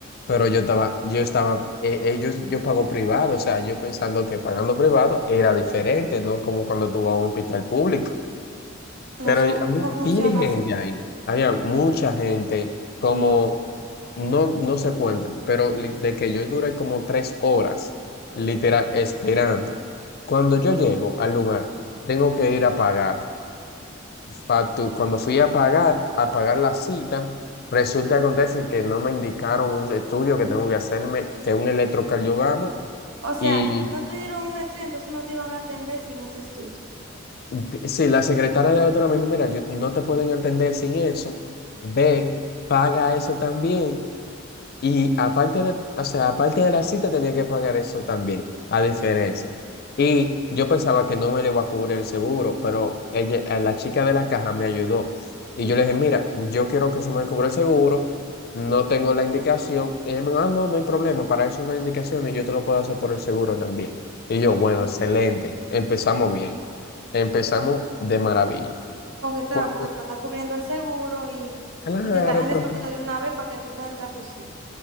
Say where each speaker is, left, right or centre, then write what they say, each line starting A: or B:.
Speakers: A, on the left; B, on the right.
A: Pero yo estaba, yo estaba, eh, eh, yo, yo pago privado, o sea, yo pensando que pagando privado era diferente, ¿no? Como cuando tú vas a un hospital público. Pero
B: No sé
A: y- había
B: cómo funciona
A: pila de gente
B: así.
A: ahí, había mucha gente, como no, no se cuentan, pero li- de que yo duré como tres horas, literal, esperando. Cuando yo llego al lugar, tengo que ir a pagar. Factu- Cuando fui a pagar, a pagar la cita, resulta que acontece que no me indicaron un estudio que tengo que hacerme, que es un electrocardiograma,
B: O sea,
A: y
B: no te dieron un estudio, entonces no te iban a atender sin ese estudio.
A: d- sí, la secretaria de la otra me dijo, mira, yo, no te pueden atender sin eso, ve paga eso también. Y aparte de, o sea, aparte de la cita tenía que pagar eso también, a diferencia. Y yo pensaba que no me le iba a cubrir el seguro, pero ella, eh, la chica de la caja me ayudó. Y yo le dije, mira, yo quiero que se me cubra el seguro, no tengo la indicación. Y ella me dijo, ah, no, no hay problema, para eso no hay indicación y yo te lo puedo hacer por el seguro también. Y yo, bueno, excelente, empezamos bien, empezamos de maravilla.
B: Ok, claro,
A: Cuando-
B: porque te lo está cubriendo el seguro y,
A: Claro,
B: y te están
A: porque
B: resolviendo de una vez para que tú puedas entrar a tu cita.